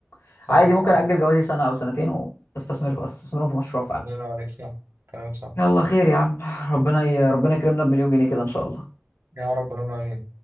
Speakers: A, on the left; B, on the right.
A: فعادي
B: صح
A: ممكن
B: صح
A: اجل جوازي سنه او سنتين واستثمر في استثمرهم في مشروع فعلا
B: الله ينور عليك صح كلامك صح
A: يلا خير يا عم ربنا ي... ربنا يكرمنا بمليون جنيه كده ان شاء الله
B: يا رب اللهم امين